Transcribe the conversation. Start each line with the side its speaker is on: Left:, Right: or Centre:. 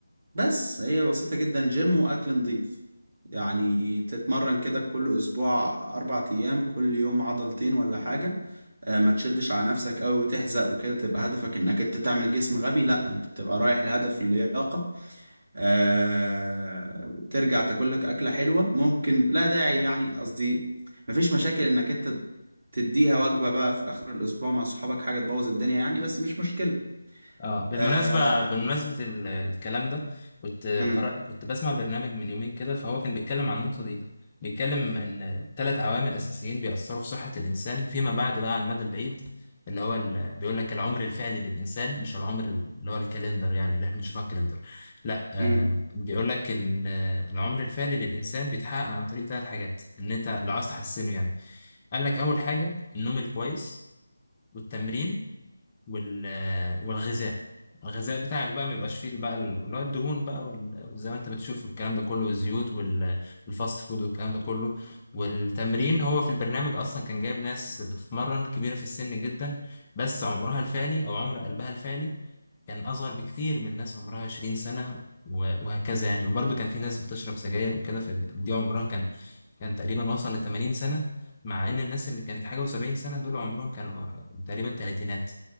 Right: بس هي بسيطة جدا جيم وأكل نظيف يعني تتمرن كده كل أسبوع أربع أيام كل يوم عضلتين ولا حاجة آه، ما تشدش على نفسك أوي وتحزق وكده تبقى هدفك إنك أنت تعمل جسم غبي لأ أنت بتبقى رايح لهدف اللياقة آه، ترجع تاكلك أكلة حلوة ممكن لا داعي يعني قصدي مفيش مشاكل إنك أنت تديها وجبة بقى في آخر الأسبوع مع صحابك حاجة تبوظ الدنيا يعني بس مش مشكلة
Left: اه بالمناسبة
Right: آه،
Left: بمناسبة ال- الكلام ده كنت قرأ
Right: امم
Left: كنت بسمع برنامج من يومين كده فهو كان بيتكلم عن النقطة دي بيتكلم ان ثلاث عوامل اساسيين بيأثروا في صحة الانسان فيما بعد بقى على المدى البعيد اللي هو ال... بيقول لك العمر الفعلي للانسان مش العمر اللي هو الكالندر يعني اللي احنا بنشوفه على الكالندر لا آه
Right: امم
Left: بيقول لك ال- العمر الفعلي للانسان بيتحقق عن طريق ثلاث حاجات ان انت لو عايز تحسنه يعني قال لك اول حاجة النوم الكويس والتمرين وال والغذاء الغذاء بتاعك بقى ما يبقاش فيه بقى ال- اللي هو الدهون بقى وال- وزي ما انت بتشوف الكلام ده كله والزيوت وال- والفاست فود والكلام ده كله والتمرين
Right: امم
Left: هو في البرنامج اصلا كان جايب ناس بتتمرن كبيره في السن جدا بس عمرها الفعلي او عمر قلبها الفعلي كان اصغر بكتير من ناس عمرها 20 سنه و- وهكذا يعني وبرضه كان في ناس بتشرب سجاير وكده فدي عمرها كان كان تقريبا وصل ل 80 سنه مع ان الناس اللي كانت حاجه و70 سنه دول عمرهم كانوا تقريبا تلاتينات